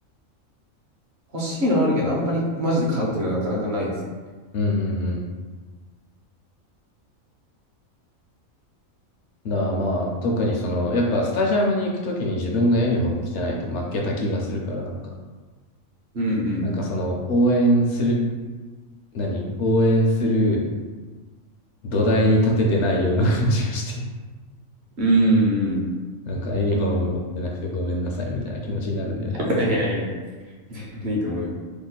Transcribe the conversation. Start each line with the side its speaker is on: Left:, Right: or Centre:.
Right: 欲しいのはあるけど、あんまりマジで買うっていうのはなかなかないんですね。
Left: うんうんうん。だからまあ、特にその、やっぱスタジアムに行くときに自分がユニフォーム着てないと負けた気がするから、なんか、
Right: うんうん。
Left: なんかその、応援する、何応援する土台に立ててないような感じがして、
Right: うんうん。
Left: なんかユニフォーム持ってなくてごめんなさいみたいな気持ちになるんだよね。
Right: いやいやいや、全然いいと思うよ。